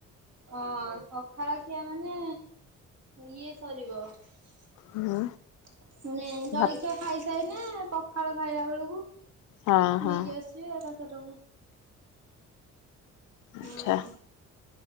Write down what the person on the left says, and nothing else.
ହୁଁ ଭାତ
ହଁ ହଁ
ଆଚ୍ଛା